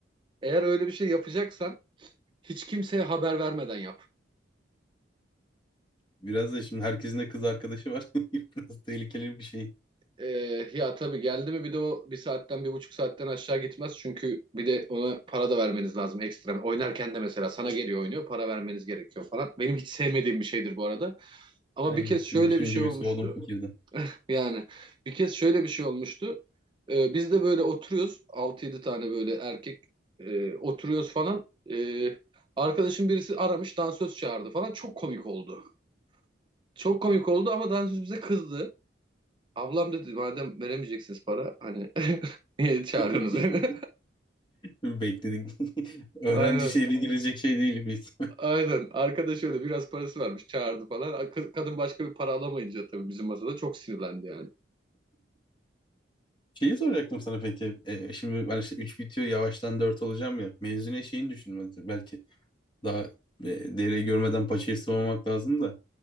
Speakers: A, on the right; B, on the left.
A: Eğer öyle bir şey yapacaksan hiç kimseye haber vermeden yap.
B: Biraz da şimdi herkesin de kız arkadaşı var. <laughs> Biraz tehlikeli bir şey.
A: Ee, ya tabii geldi mi bir de o bir saatten bir buçuk saatten aşağı gitmez. Çünkü bir de ona para da vermeniz lazım ekstra. Oynarken de mesela sana geliyor oynuyor para vermeniz gerekiyor falan. Benim hiç sevmediğim bir şeydir bu arada. Ama
B: Aynen.
A: bir kez
B: Şimdi
A: şöyle
B: düşününce
A: bir şey olmuştu.
B: bir soğudum fikirden.
A: Yani bir kez şöyle bir şey olmuştu. Ee, biz de böyle oturuyoruz. altı yedi tane böyle erkek e, oturuyoruz falan. Ee, arkadaşım birisi aramış dansöz çağırdı falan. Çok komik oldu. Çok komik oldu ama dansöz bize kızdı. Ablam dedi madem veremeyeceksiniz para hani <laughs> niye çağırıyorsunuz
B: <laughs>
A: beni? <laughs>
B: Bekledik. <laughs> Öğrenci
A: Aynen
B: şeyle girecek şey değil biz.
A: aynen. Arkadaş öyle biraz parası varmış çağırdı falan. Kız- Kadın başka bir para alamayınca tabii bizim masada çok sinirlendi yani.
B: Şeyi soracaktım sana peki. Ee, şimdi ben işte 3 bitiyor yavaştan 4 olacağım ya. Mezune şeyini düşünmedim. Belki daha e, dereyi görmeden paçayı sıvamamak lazım da.